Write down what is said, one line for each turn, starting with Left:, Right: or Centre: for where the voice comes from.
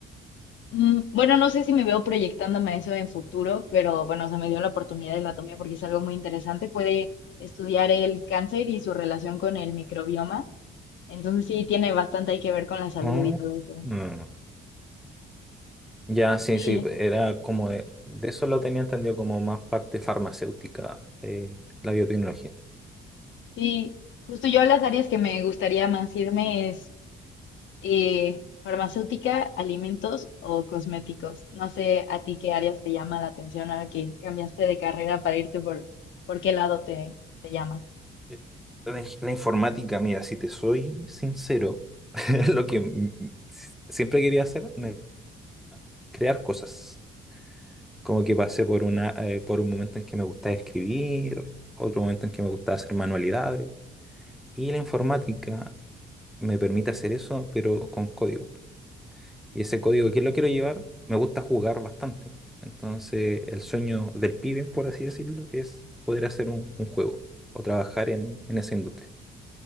Left: mm, bueno, no sé si me veo proyectándome a eso en futuro, pero bueno, o sea, me dio la oportunidad y la tomé porque es algo muy interesante, fue de estudiar el cáncer y su relación con el microbioma. Entonces sí, tiene bastante hay que ver con la salud
Centre: Ah,
Left: y todo eso.
Centre: mm. Ya, sí,
Left: Sí,
Centre: sí, era como de, de eso lo tenía entendido como más parte farmacéutica, eh, la biotecnología.
Left: sí. Justo yo las áreas que me gustaría más irme es eh, farmacéutica, alimentos o cosméticos. No sé a ti qué áreas te llama la atención ahora que cambiaste de carrera para irte por, por qué lado te, te llama.
Centre: Eh, La, ing- la informática, mira, si te soy sincero, <laughs> lo que m- m- s- siempre quería hacer, me- crear cosas. Como que pasé por una, eh, por un momento en que me gustaba escribir, otro momento en que me gustaba hacer manualidades. Y la informática me permite hacer eso, pero con código. Y ese código,
Left: Sí.
Centre: que lo quiero llevar? Me gusta jugar bastante. Entonces, el sueño del pibe, por así decirlo, es poder hacer un, un juego o trabajar en en esa industria